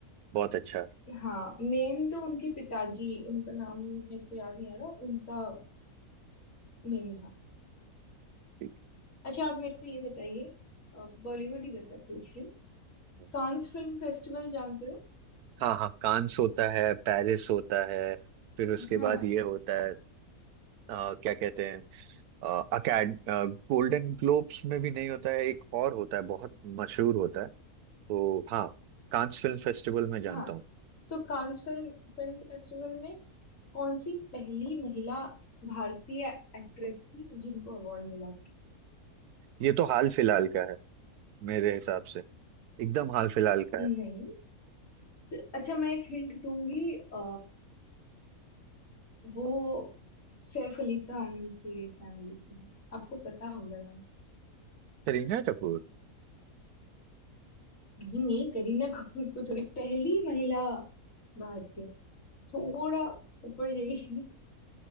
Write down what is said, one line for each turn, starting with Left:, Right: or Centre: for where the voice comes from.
Right: बहुत अच्छा
Left: हाँ मेन तो उनके पिताजी उनका नाम मेरे को याद नहीं आ रहा उनका मेन था
Right: ठीक
Left: अच्छा आप मेरे को ये बताइए बॉलीवुड ही बता पूछ रही हूँ
Right: है।
Left: कांस फिल्म फेस्टिवल जानते हो
Right: हाँ हाँ कांस होता है पेरिस होता है फिर उसके
Left: हाँ
Right: बाद ये होता है अ, क्या कहते हैं अकेड गोल्डन ग्लोब्स में भी नहीं होता है एक और होता है बहुत मशहूर होता है तो हाँ कांस फिल्म फेस्टिवल में जानता
Left: हाँ
Right: हूँ
Left: तो कांस फिल्म फिल्म फेस्टिवल में कौन सी पहली महिला भारतीय एक्ट्रेस थी जिनको अवार्ड मिला था
Right: ये तो हाल फिलहाल का है मेरे हिसाब से एकदम हाल फिलहाल का
Left: नहीं
Right: है
Left: तो- अच्छा मैं एक हिंट दूंगी अ, वो सैफ अली खान के फैमिली से है आपको पता होगा नाम
Right: करीना कपूर
Left: नहीं नहीं करीना कपूर को थोड़ी पहली महिला भारतीय थोड़ा ऊपर जाइए